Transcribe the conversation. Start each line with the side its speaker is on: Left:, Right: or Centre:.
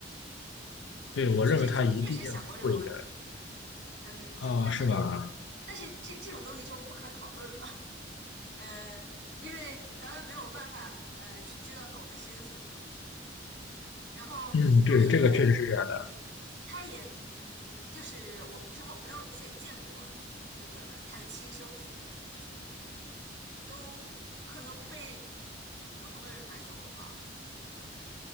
Left: 对，我认为他一定会的。
Right: 确实确实想过这个问题。嗯，
Left: 啊，
Right: 但是
Left: 是吧？
Right: 但是这这种东西就不可讨论了，<laughs> 呃，因为咱们没有办法呃去知道狗的心思嘛。然后它也。
Left: 嗯，对，这个确实是这样的。
Right: 他也嗯，就是我们之后没有再见过这个他的亲生父母和兄弟姐妹，都可能被嗯不同的人买走了吧，